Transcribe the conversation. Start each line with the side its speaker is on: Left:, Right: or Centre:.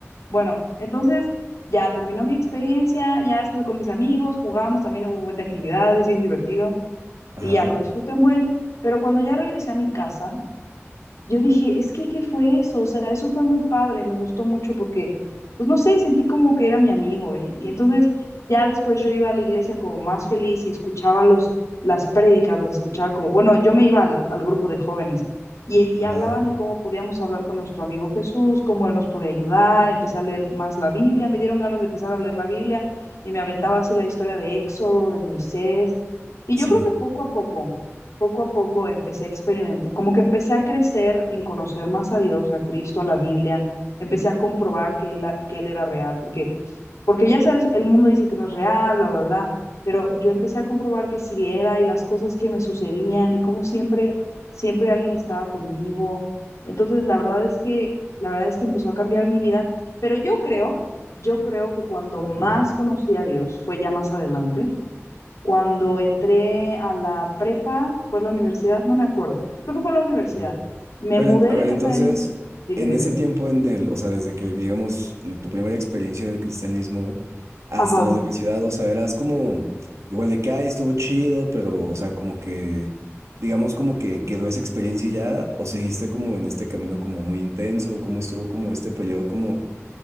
Left: Bueno, entonces ya terminó mi experiencia, ya estuve con mis amigos, jugamos, también hubo un buen de actividades, bien divertido
Right: Ajá,
Left: y ya lo disfruté en buen. Pero cuando ya regresé a mi casa, yo dije, es que, ¿qué fue eso? O sea, eso fue muy padre, me gustó mucho porque, pues no sé, sentí como que era mi amigo. Y, y entonces ya después yo iba a la iglesia como más feliz y escuchaba los, las prédicas, las escuchaba como, bueno, yo me iba al, al grupo de jóvenes y, y
Right: ajá,
Left: hablaban de cómo podíamos hablar con nuestro amigo Jesús, cómo él nos podía ayudar, empecé a leer más la Biblia, me dieron ganas de empezar a leer la Biblia y me aventaba así la historia de Éxodo, de Moisés. Y
Right: sí,
Left: yo creo que poco a poco poco a poco empecé a experimentar, como que empecé a crecer en conocer más a Dios, a Cristo, a la Biblia, empecé a comprobar que él, que él era real, porque, porque ya sabes, el mundo dice que no es real, bla, bla, bla, pero yo empecé a comprobar que sí era y las cosas que me sucedían y cómo siempre, siempre alguien estaba conmigo. Entonces, la verdad es que, la verdad es que empezó a cambiar mi vida, pero yo creo, yo creo que cuando más
Right: ajá,
Left: conocí a Dios fue ya más adelante cuando entré a la prepa, fue la universidad, no me acuerdo. Creo que fue la universidad.
Right: ok.
Left: Me
Right: Pero,
Left: mudé
Right: en- a ver,
Left: de casa
Right: entonces,
Left: de mis... Dime,
Right: en
Left: dime,
Right: ese tiempo
Left: dime.
Right: en el, o sea, desde que, digamos, tu primera experiencia en el cristianismo hasta
Left: Ajá.
Right: la universidad, o sea, eras como, igual de que, ay, estuvo chido, pero, o sea, como que, digamos, como que quedó esa experiencia y ya, o seguiste como en este camino como muy intenso, o cómo estuvo como este periodo como,